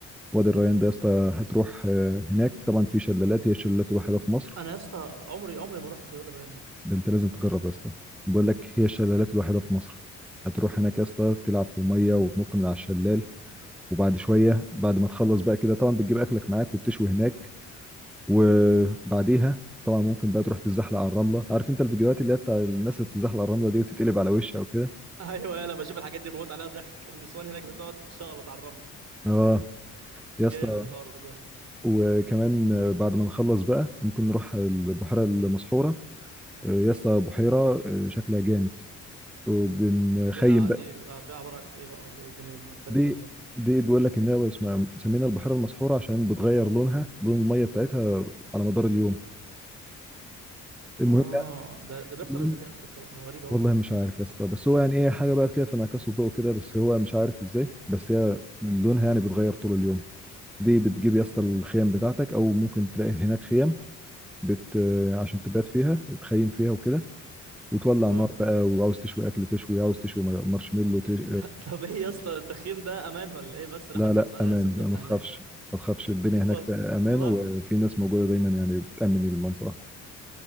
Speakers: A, in the centre; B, on the right.
A: وادي الريان ده يا اسطى هتروح آه، هناك طبعا في شلالات هي الشلالات الوحيدة في مصر
B: انا يا اسطى عمري عمري ما رحت وادي الريان دي
A: ده انت لازم تجرب يا اسطى بقول لك هي الشلالات الوحيده في مصر هتروح هناك يا اسطى تلعب في الميه وتنط من على الشلال وبعد شويه بعد ما تخلص بقى كده طبعا بتجيب اكلك معاك وبتشوي هناك وبعديها طبعا ممكن بقى تروح تتزحلق على الرمله عارف انت الفيديوهات اللي هي بتاع الناس اللي بتتزحلق على الرمله دي وتتقلب على وشها وكده
B: <laughs> ايوه يلا بشوف الحاجات دي بموت عليها ضحك النسوان هناك بتقعد تتشقلط على الرمل
A: اه يا
B: جامد
A: اسطى
B: الحوار ده
A: وكمان بعد ما نخلص بقى ممكن نروح البحيره المسحوره آه، يا اسطى بحيره آه، شكلها جامد وبنخيم
B: دي فيها دي بقى فيها عبارة عن ايه بقى ولا ايه الدنيا مختلفة
A: دي
B: ازاي
A: دي بيقول لك ان هي اسمها مسمينها البحيره المسحوره عشان بتغير لونها لون الميه بتاعتها على مدار اليوم المهم
B: اه
A: يعني
B: ده ده بيحصل
A: المهم
B: ازاي يا اسطى الكلام ده غريب قوي
A: والله
B: دي
A: مش عارف يا اسطى بس هو يعني ايه حاجه بقى كده في انعكاس الضوء كده بس هو مش عارف ازاي بس هي لونها يعني بيتغير طول اليوم دي بتجيب يا اسطى الخيام بتاعتك او ممكن تلاقي هناك خيام بت عشان تبات فيها تخيم فيها وكده وتولع
B: اه
A: نار بقى وعاوز تشوي اكل تشوي عاوز تشوي مارشميلو تش...
B: <laughs> طب ايه يا اسطى التخييم ده امان ولا ايه بس لحد
A: لا لا
B: يطلع لنا
A: امان
B: ثبتنا
A: ما تخافش
B: هناك
A: ما تخافش الدنيا هناك
B: والله
A: في امان وفي ناس موجوده دايما يعني بتامن المنطقه